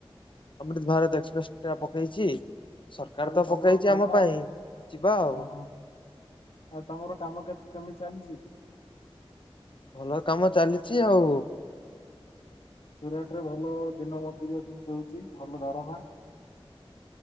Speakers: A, on the left; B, on the left.
A: ଅମୃତ ଭାରତ ଏକ୍ସପ୍ରେସ ଟା ପକେଇଛି। ସରକାର
B: ଆଉ
A: ତ
B: ତମର
A: ପକେଇଚି
B: କାମ
A: ଆମ ପାଇଁ ଯିବା ଆଉ।
B: ଓହୋ ଆଉ ତମର କାମ କେତ୍ କେମିତି ଚାଲିଚି?
A: ଭଲ କାମ ଚାଲିଛି ଆଉ।
B: ସୁରାଟରେ ଭଲ ଦିନ ମଜୁରି <unintelligible> ଦଉଛି ଭଲ ଦରମା।